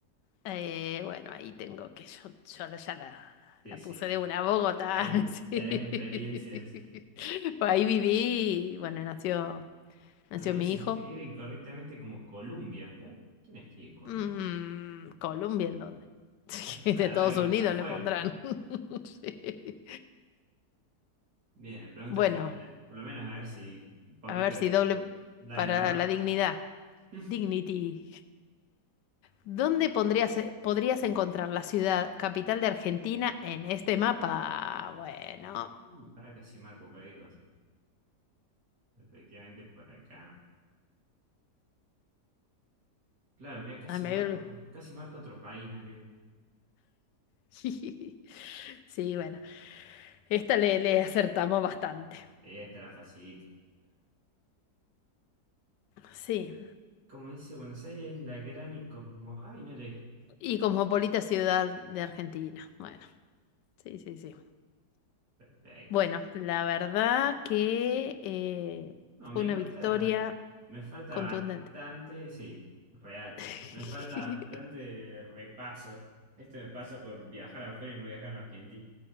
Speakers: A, on the left (about 80°); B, on the right (about 70°).
A: eh, bueno, ahí tengo que yo, yo la- ya la,
B: Sí,
A: la
B: sí,
A: puse
B: sí.
A: de una Bogotá.
B: Ahí
A: <laughs> Sí.
B: tenés experiencia, así que.
A: Pues ahí viví, y, bueno, nació,
B: A
A: nació
B: menos
A: mi
B: se
A: hijo.
B: escribe incorrectamente como Columbia. ¿Eh? ¿Quién escribe Columbia?
A: Mm, Colombia, ¿en dónde? <laughs> Sí,
B: Claro,
A: de Estados
B: alguien
A: Unidos
B: de afuera.
A: le pondrán. <laughs> Sí.
B: Bien, pregunta
A: Bueno,
B: final. Por lo menos a ver si un poquito
A: a ver
B: de
A: si doble
B: la
A: para
B: del honor.
A: la dignidad.
B: <laughs>
A: Dignity. ¿Dónde pondrías, eh, podrías encontrar la ciudad capital de Argentina en este mapa? Bueno,
B: Uh, pará, casi marco cualquier cosa. Efectivamente, por acá. Claro, mira, casi
A: ay, me
B: marco,
A: había olvidado.
B: casi marco otro país, ¿no? Que
A: <laughs> Sí, bueno, esta le, le acertamos bastante.
B: ella estará facilita.
A: Sí,
B: Como dice Buenos Aires, la gran y cosmo. Ay, no llegué.
A: y cosmopolita ciudad de Argentina. Bueno, sí, sí, sí.
B: Perfecto.
A: Bueno, la verdad que eh,
B: No, me
A: fue
B: di
A: una
B: cuenta,
A: victoria
B: me falta
A: contundente.
B: bastante, sí, real,
A: <laughs>
B: me falta bastante repaso. Esto me pasa por viajar afuera y no viajar en Argentina.